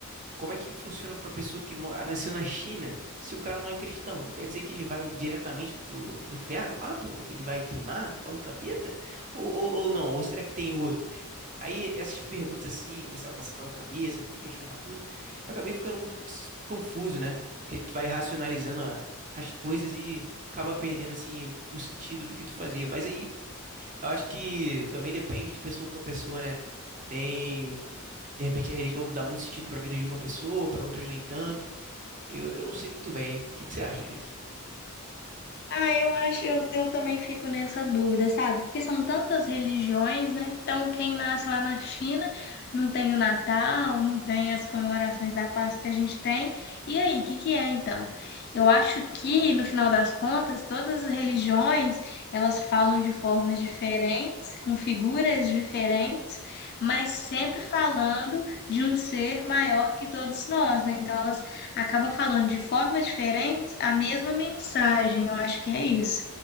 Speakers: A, on the right (about 35°); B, on the left (about 50°).
A: como é que funciona para pessoa que mo- ah, nasceu na China se o cara não é cristão? Então quer dizer que ele vai diretamente pro, pro inferno lá, pô? Que ele vai queimar no colo do capeta? Ou, ou, ou não? Ou será que tem outros? Aí essas perguntas assim começaram a passar pela minha cabeça, eu fui questionar tudo. Eu acabei ficando muito s- confuso, né? Porque tu vai racionalizando a- as coisas e acaba perdendo assim o sentido do que tu fazia. Mas aí eu acho que também depende de pessoa para pessoa, né? Tem, de repente a religião dá muito sentido para a vida de uma pessoa, para outras nem tanto. Eu, eu não sei muito bem. O que que você acha disso?
B: Ah, eu acho, eu, eu também fico nessa dúvida, sabe? Porque são tantas religiões, né? Então, quem nasce lá na China não tem o Natal, não tem as comemorações da Páscoa que a gente tem. E aí, o que que é então? Eu acho que, no final das contas, todas as religiões, elas falam de formas diferentes, com figuras diferentes, mas sempre falando de um ser maior que todos nós, né? Então, elas acabam falando de formas diferentes a mesma mensagem, eu acho que é isso.